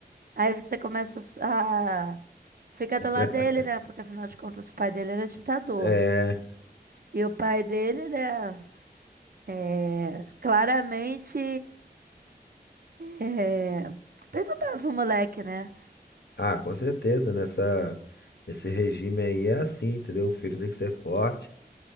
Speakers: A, on the right (about 60°); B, on the left (about 85°).
A: Aí você começa a ficar do lado
B: <laughs>
A: dele, né? Porque afinal de contas o pai dele era ditador.
B: É.
A: E o pai dele, né? É, claramente é, perturbava o moleque, né?
B: Ah, com certeza, nessa, nesse regime aí é assim, entendeu? O filho tem que ser forte